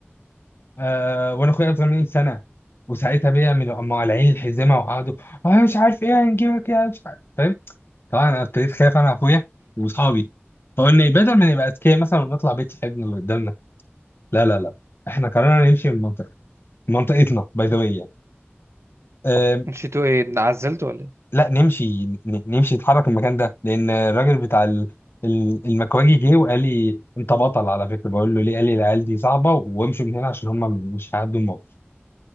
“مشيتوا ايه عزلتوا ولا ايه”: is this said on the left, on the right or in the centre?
Right